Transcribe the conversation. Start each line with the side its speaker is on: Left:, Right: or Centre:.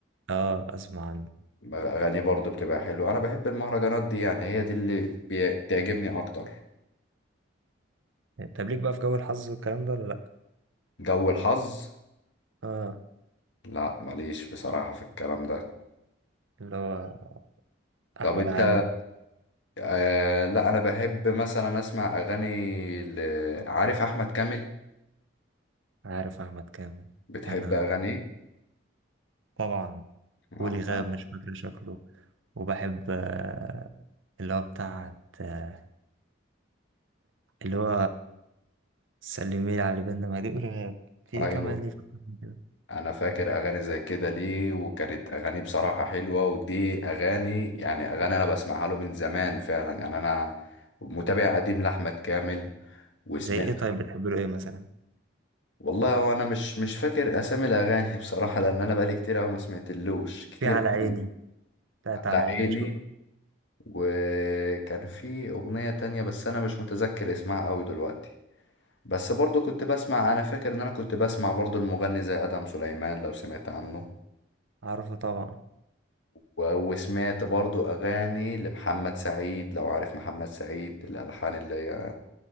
Right: اه اسمع عنه
Left: اغاني برضو بتبقى حلوه انا بحب المهرجانات دي يعني هي دي اللي بي- بتعجبني اكتر
Right: طب ليك بقى في جو الحظ والكلام ده ولا لا
Left: جو الحظ
Right: اه
Left: لا ماليش بصراحه في الكلام ده
Right: اللي هو
Left: طب
Right: احمد
Left: انت
Right: عامر
Left: آه لا انا بحب مثلا اسمع اغاني ل... عارف احمد كامل
Right: عارف احمد كامل
Left: بتحب
Right: انا
Left: أغاني؟
Right: طبعا
Left: أنا
Right: ولي غاب مش فاكر شكله وبحب آه، اللي هو بتاعت آه، اللي هو سلمي لي على اللي بينا ما دي قولها في ايه
Left: أيوه
Right: كمان ليه في القرآن كده
Left: أنا فاكر أغاني زي كده ليه وكانت أغاني بصراحة حلوة ودي أغاني يعني أغاني أنا بسمعها له من زمان فعلا يعني أنا متابع قديم لأحمد كامل وسمعت
Right: زي ايه طيب بتحب له ايه مثلا
Left: والله هو أنا مش مش فاكر أسامي الأغاني بصراحة لأن أنا بقالي كتير أوي ما سمعتلوش كتير
Right: في على عيني
Left: أوي
Right: بتاعت
Left: على
Right: على عيني
Left: عيني
Right: اشوف
Left: وكان في أغنية تانية بس أنا مش متذكر اسمها أوي دلوقتي بس برضو كنت بسمع انا فاكر ان انا كنت بسمع برضو المغني زي ادم سليمان لو سمعت عنه
Right: عارفه طبعا
Left: و- وسمعت برضو اغاني لمحمد سعيد لو عارف محمد سعيد الالحان اللي هي